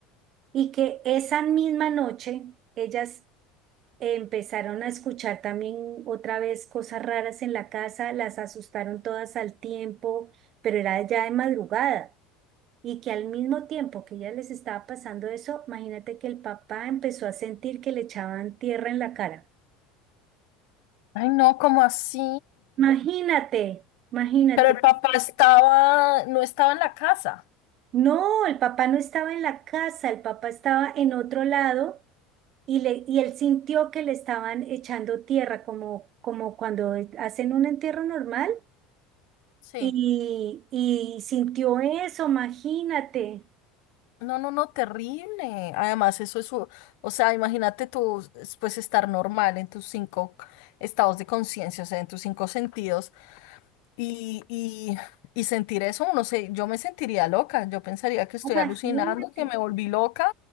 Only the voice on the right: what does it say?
y que esa misma noche ellas empezaron a escuchar también otra vez cosas raras en la casa, las asustaron todas al tiempo, pero era ya de madrugada. Y que al mismo tiempo que ella les estaba pasando eso, imagínate que el papá empezó a sentir que le echaban tierra en la cara.
Imagínate, imagínate.
No, el papá no estaba en la casa, el papá estaba en otro lado y, le, y él sintió que le estaban echando tierra, como, como cuando hacen un entierro normal.
Y, y sintió eso, imagínate,
imagínate.